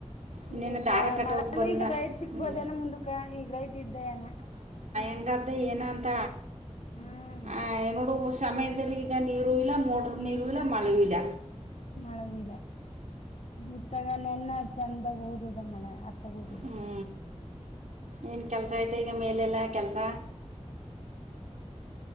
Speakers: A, on the right (about 75°); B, on the left (about 65°).
A: ಇನ್ನೇನು
B: ಈಗ
A: ದಾರ ಕಟ್ಟೋದು
B: ಮಳೆ
A: ಬಂದ
B: ಈಗ ರೈಡ್ ಸಿಕ್ಬೋದೇನ
A: ಹ್ಮ್.
B: ಮುಂದಕ ಈಗ ರೈಟ್ ಇದ್ದ ನ
A: ಹಂಗ್ದ ಏನ ಅಂತ
B: ಹ್ಮ್
A: ಆ, ನೋಡು ಸಮಯದಲ್ಲಿ ಈಗ ನೀರುೂ ಇಲ ಮೋಟರ್ ನೀರು ಇಲ್ಲ ಮಳೆಯ ಇಲ
B: ಮಳೆವೂಡ ಇತ್ತಾಗ ನೆನ್ನ ಚಂದಾಗ ಓದದ ಮಳೆ ಅ ತಗದಿನ
A: ಹ್ಞೂ ಏನು ಕೆಲಸ ಐತೆ ಈಗ ಮೇಲೆಲ್ಲ ಕೆಲಸ